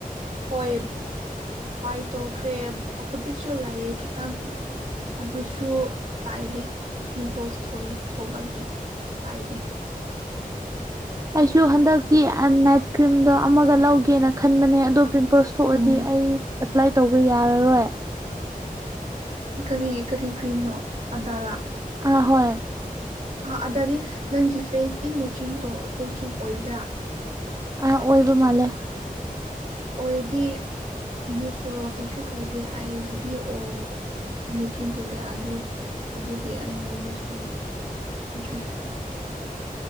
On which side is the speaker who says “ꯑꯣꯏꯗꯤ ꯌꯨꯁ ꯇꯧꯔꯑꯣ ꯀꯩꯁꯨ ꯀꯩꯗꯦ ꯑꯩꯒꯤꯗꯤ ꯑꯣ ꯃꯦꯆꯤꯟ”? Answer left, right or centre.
Right